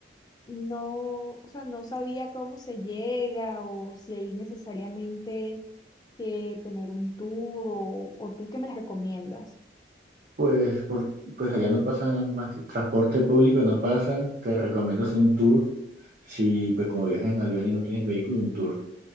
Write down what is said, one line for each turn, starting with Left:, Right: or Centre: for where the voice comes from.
Left: no, o sea, no sabía cómo se llega o si hay necesariamente que tener un tour o, o tú qué me recomiendas.
Right: Pues, por, pues allá no pasa más que transporte público, no pasa. Te recomiendo hacer un tour. Si, pues, como viajas en avión y no tienes vehículo, un tour